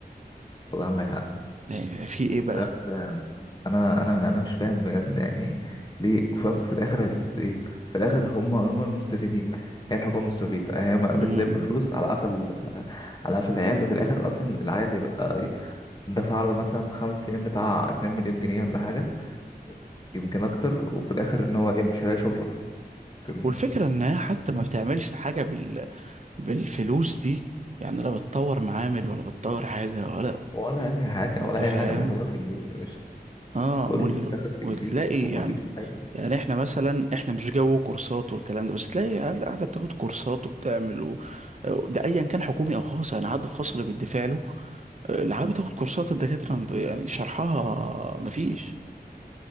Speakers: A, on the left (about 25°); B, on the right (about 45°).
A: والله عندك حق
B: يعني في ايه بقى
A: بجد انا انا من انا مش فاهم بجد يعني ليه فاهم في الاخر هيستفيدوا ايه في الاخر هم هم المستفيدين هي الحكومه مستفيده هي ما بتلم
B: مم.
A: فلوس على قفل على قفل العيال وفي الاخر اصلا العيال اللي بقى إيه، دفع له مثلا في خمس سنين بتاع 2 مليون جنيه ولا حاجه يمكن اكتر وفي الاخر ان هو ايه مش هلاقي شغل اصلا فاهمني
B: والفكرة انها حتى ما بتعملش حاجة بال... بالفلوس دي يعني لا بتطور معامل ولا بتطور حاجة ولا
A: ولا اي حاجه
B: انت
A: ولا
B: فاهم
A: اي حاجه بياخدوها في الجيب يا باشا
B: اه
A: كله
B: وال...
A: بيتاخد في
B: وتلاقي
A: الجيب ومفيش
B: يعني
A: اي
B: يعني احنا مثلا احنا مش جو كورسات والكلام ده بس تلاقي عيال قاعدة بتاخد كورسات وبتعمل و... ده ايا كان حكومي او خاص يعني عاد الخاص اللي بيدفع له العاب بتاخد كورسات الدكاترة م- يعني شرحها مفيش